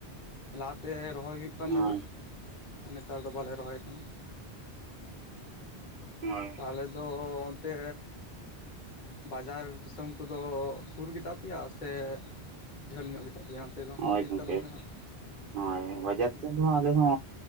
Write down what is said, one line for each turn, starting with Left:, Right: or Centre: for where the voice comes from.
Left: ᱞᱟᱦᱟᱛᱮ ᱨᱚᱦᱚᱭ ᱦᱩᱭᱩᱜ ᱠᱟᱱ
Right: ᱦᱳᱭ
Left: ᱛᱟᱦᱮᱸᱱᱟ, ᱱᱮᱛᱟᱨ ᱫᱚ ᱵᱟᱞᱮ ᱨᱚᱦᱚᱭᱮᱫ ᱛᱟᱦᱮᱸᱱᱟ᱾
Right: ᱦᱳᱭ ᱾
Left: ᱟᱞᱮ ᱫᱚ ᱚᱱᱛᱮ ᱵᱟᱡᱟᱨ ᱫᱤᱥᱚᱢ ᱠᱚᱫᱚ ᱥᱩᱨ ᱜᱮᱛᱟ ᱯᱮᱭᱟ ᱥᱮ ᱡᱷᱟᱹᱞ ᱧᱚᱜ ᱜᱮᱛᱟ ᱯᱮᱭᱟ? ᱚᱱᱛᱮ ᱫᱚ
Right: ᱦᱳᱭ
Left: ᱞᱟᱹᱭᱟᱹᱧ
Right: ᱜᱚᱝᱠᱮ
Left: ᱛᱟᱞᱟᱝ ᱢᱮ ᱦᱟᱸᱜ
Right: ᱦᱳᱭ ᱵᱟᱡᱟᱨ ᱫᱤᱥᱚᱢ ᱟᱞᱮ ᱦᱚ